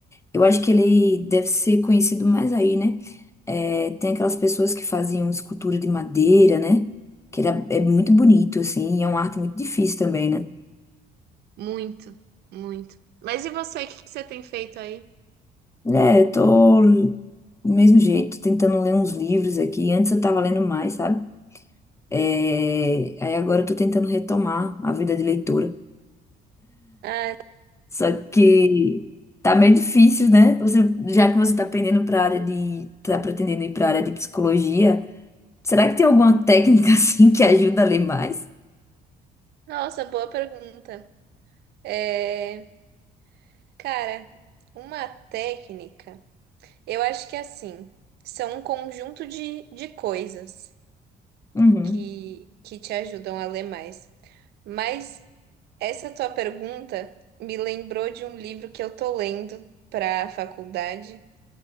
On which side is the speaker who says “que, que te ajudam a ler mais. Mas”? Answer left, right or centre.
Right